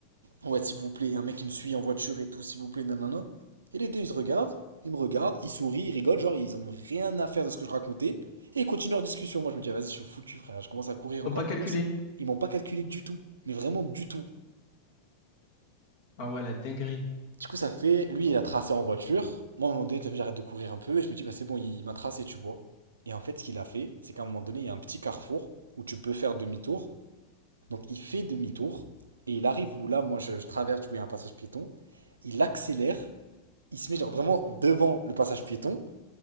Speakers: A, on the right (about 70°); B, on the left (about 50°).
A: ouais s'il vous plaît, un mec qui me suit en voiture et tout, s'il vous plaît, nanana. Et les deux ils se regardent, ils me regardent, ils sourient, ils rigolent, genre ils ont rien à faire de ce que je racontais. Et ils continuent leur discussion. Moi je me dis, vas-y, je suis foutu frère, je commence à courir
B: Ils
A: encore
B: n'ont pas calculé.
A: plus. Ils m'ont pas calculé du tout, mais vraiment du tout.
B: Ah ouais, la dinguerie.
A: Du coup, ça fait, lui, il a tracé en voiture. Moi, à un moment donné, t'as vu, j'arrête de courir un peu et je me dis, bah, c'est bon, il m'a tracé, tu vois. Et en fait, ce qu'il a fait, c'est qu'à un moment donné, il y a un petit carrefour où tu peux faire demi-tour. Donc, il fait demi-tour et il arrive où là, moi, je, je traverse, du coup, il y a un passage piéton. Il accélère, il se met genre vraiment devant le passage piéton